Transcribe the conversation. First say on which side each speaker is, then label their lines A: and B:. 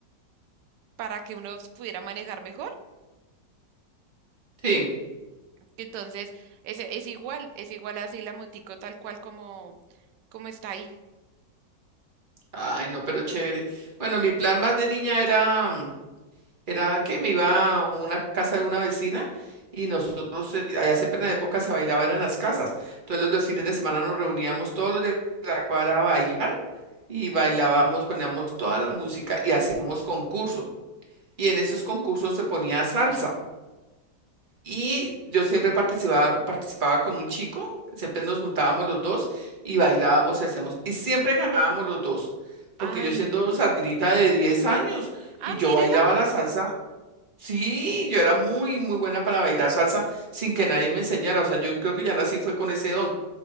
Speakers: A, on the right; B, on the right.
A: para que uno pudiera manejar mejor.
B: Sí.
A: Entonces, es es igual, es igual así la motico tal cual como, como está ahí.
B: Ay, no, pero chévere. Bueno, mi plan más de niña era, mm, era que me iba a una casa de una vecina y nosotros, eh, allá siempre en la época se bailaba eran las casas. Entonces los de fines de semana nos reuníamos todos los de la cuadra a bailar y bailábamos, poníamos toda la música y hacíamos concurso. Y en esos concursos se ponía salsa. Y yo siempre participaba, participaba con un chico, siempre nos juntábamos los dos y bailábamos y hacíamos, y siempre ganábamos los dos, porque
A: Ay,
B: yo siendo
A: n-
B: sardinita de 10 años
A: ah,
B: y yo
A: mírela.
B: bailaba la salsa, sí, yo era muy, muy buena para bailar salsa sin que nadie me enseñara, o sea, yo creo que ya nací fue con ese don.